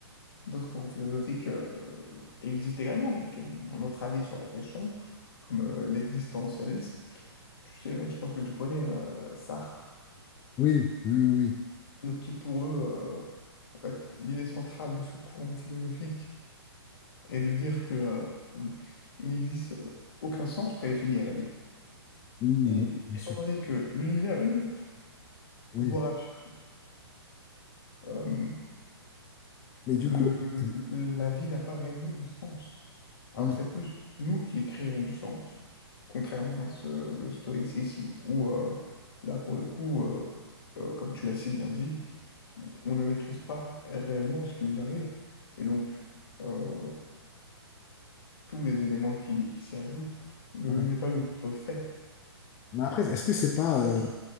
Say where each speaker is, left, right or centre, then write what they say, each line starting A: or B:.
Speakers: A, on the left; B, on the left.
A: D'autres courants philosophiques euh, existent également et qui ont un autre avis sur la question, comme euh, l'existentialisme. Tu sais, je pense que tu connais euh, Sartre.
B: Oui, oui, oui, oui.
A: Donc, qui pour eux, euh, en fait, l'idée centrale de ce courant philosophique est de dire que euh, il n'existe euh, aucun sens prédéfini à la vie.
B: Mm,
A: Et
B: oui, bien
A: étant
B: sûr.
A: donné que l'univers est neutre,
B: Oui.
A: voire absurde, euh,
B: Mais du
A: le-
B: coup, c'est-
A: la vie n'a pas réellement de sens. Alors
B: mm,
A: c'est plus nous qui créons du sens, contrairement à ce, le stoïcisme où euh, là pour le coup, euh, euh, comme tu l'as si bien dit, on on ne maîtrise pas réellement ce qui nous arrive et donc euh, tous les éléments qui, qui s'y ajoutent ne
B: ouais.
A: n'est pas de notre fait.
B: Mais après, est-ce que c'est pas.
A: Le sens
B: euh,